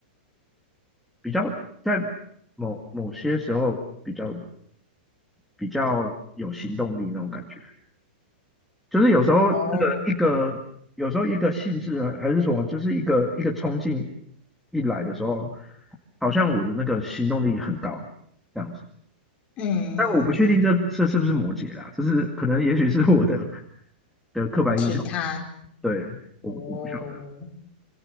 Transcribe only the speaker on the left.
哦，
嗯嗯嗯，
其他，
哦，